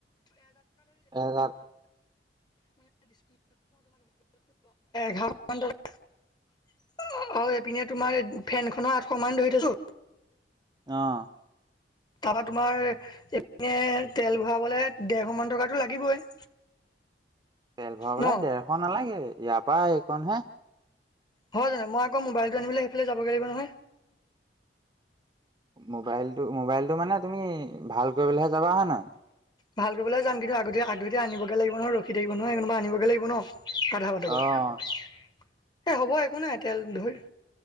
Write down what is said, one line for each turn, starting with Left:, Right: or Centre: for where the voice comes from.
Right: এহেজাৰ
Left: <unintelligible> <unintelligible> <unintelligible> অ, এইপিনে তোমাৰ ফেনখননৰ আঠশ মান ধৰি থৈছো,
Right: অহ,
Left: তাৰপা তোমাৰ এইপিনে তোমাৰ তেল ভৰাবলে ডৰশ মান টকাতো লাগিবই।
Right: তেল ভৰাবলে
Left: ন
Right: ডৰশ নালাগে, ইয়াৰ পৰা এইকনহে।
Left: হয় জানো? মই আকৌ মোবাইলটো আনিবলৈ সেইফালে যাবগে লাগিব নহয়।
Right: মোবাইলটো-মোবাইলটো মানে তুমি ভাল কৰিবলৈহে যাবা হয় নাই?
Left: ভাল কৰিবলৈ যাম, কিন্তু আগত-আগধৈ আনিবগৈ লাগ ন' ৰখি থাকিব নহয় <unintelligible> আনিবগে লাগিব ন'। আধা বাটৰ
Right: অ
Left: পৰা এ, হ'ব একো নাই তেল ধই